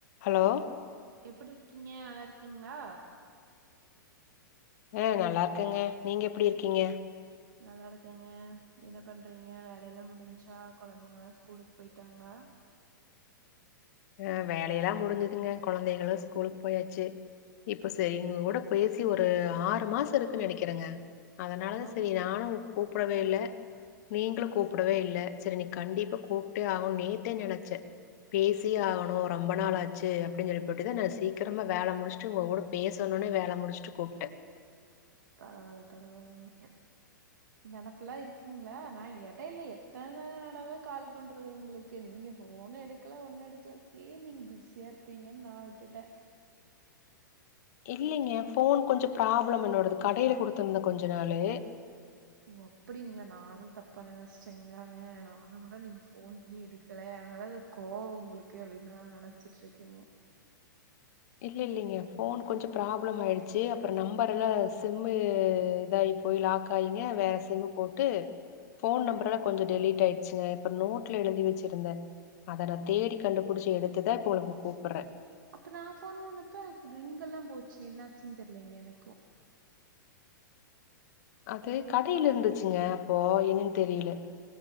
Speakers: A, on the left; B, on the right.
A: Hello
B: எப்டி இருக்கீங்க நல்லா இருக்கீங்ளா
A: அஹ் நல்லா இருக்கங்க நீங்க எப்டி இருக்கீங்க
B: நல்லா இருக்கங்க என்ன பண்றீங்க வேலெல்லா முடிஞ்சா கொழந்தைங்களா ஸ்கூலுக்கு போயிட்டாங்ளா
A: ஆஹ் வேலையெல்லா முடிஞ்சதுங்க கொழந்தைகளு ஸ்கூலுக்கு போயாச்சு இப்ப செரி உங்க கூட பேசி ஒரு ஆறு மாச இருக்குன்னு நெனைக்கிறேங்க அதனால
B: ஆமா
A: செரி நானு கூப்படவே இல்ல நீங்களு கூப்டவே இல்ல செரி இனி கண்டிப்பா கூப்ட்டே ஆகனு நேத்தே நெனைச்சே பேஸ் சியே ஆகணு ரொம்ப நாள் ஆச்சு அப்டின்னு சொல்லிபோட்டுதா நா சீக்கிரமாக வேல முடிச்சுட்டு உங்க கூடோ பேசணுனே வேல முடிச்சுட்டு கூப்ட்டே
B: பரவால்ல பரவாலிங்க நெனப்புலா இருக்குங்ளா நா எடையில எத்தன தடவ கால் பண்றது உங்ளுக் க்கு நீங்க ஃபோன் எடுக்கல ஒண்ணு எடுக்கல செரி நீங்க பிஸியா இருப்பீங்கன் நா விட்டுட்டே
A: இல்லிங்க ஃபோன் கொஞ்சோ ப்ராப்ளம் என்னோடது கடையில குடுத்திருந்த கொஞ்ச நாளு
B: ஓ அப்டிங்களா நானு தப்பா நெனைச்சிட்டேங்களாங்க நாலு முறை நீங்க ஃபோன் பண்ணி எடுக் கல எம்மேல எதோ கோவம் உங்களுக்கு அப்டின்னு நா நெனைச்சிட்டுருக்கேங்க
A: இல்ல இல்லிங்க ஃபோன் கொஞ்சோ ப்ராப்ளம் ஆயிடுச்சி அப்புற நம்பர் எல்லா சிம்மு இதாயி போய் லாக் காயிங்க வேற சிம்மு போட்டு ஃபோன் நம்பர் எல்லா கொஞ்சோ டெலீட் ஆயிடுச்சுங்க இப்போ நோட்ல எழுதி வெச்சிருந்தே அத நா தேடி கண்டுபிடிச்சு எடுத்துதா இப்ப உங்களுக்கு கூப்பற்றே
B: அப்ப நா ஃபோன் பன்னப்ப ரிங்கல்லா போச்சு என்னாச்சுன்னு தெர்லிங்க எனக்கோ
A: அது கடைல இருந்துச்சுங்க அப்போ என்னன்னு தெரில